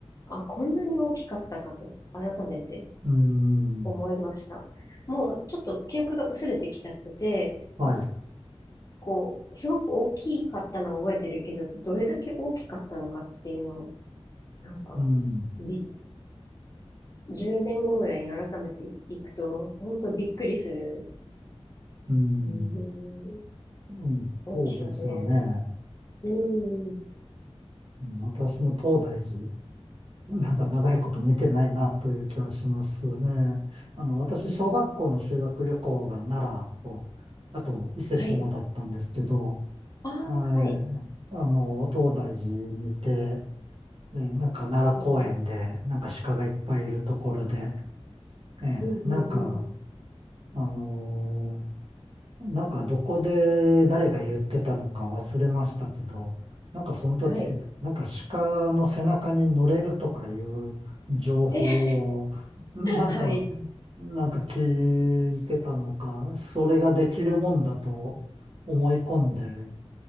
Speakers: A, on the left (about 35°); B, on the right (about 55°).
A: あ、こんなに大きかったかと、改めて
B: うん。
A: 思いました。もう、ちょっと記憶が薄れてきちゃってて、
B: はい。
A: おこう、すごく大きかったのは覚えてるけど、どれだけ大きかったのかっていうのを、なんか、
B: うん。
A: びっ10年後ぐらいに改めて行くと、本当びっくりする、
B: うん。
A: うん、
B: うん。
A: 大きさで。
B: そうですよね。
A: うん、
B: うん私も東大寺、なんか長いこと見てないなという気はしますね。あの、私、
A: うん。
B: 小学校の修学旅行が奈良と、あと伊勢志摩だったんですけど、
A: はい。ああ、
B: はい。
A: はい。
B: あの、東大寺にて、ええなんか奈良公園で、
A: うん、
B: なんか鹿がいっぱいいるところで、ええなんか、
A: うん、うん、うん。
B: あのーなんかどこで誰が言ってたのか忘れましたけど、なんかその時、
A: はい。
B: なんか鹿の背中に乗れるとかいう情報を、
A: え、<laughs>
B: <laughs> なんか、
A: はい、
B: なんか聞いてたのか、それができるもんだと思い込んで、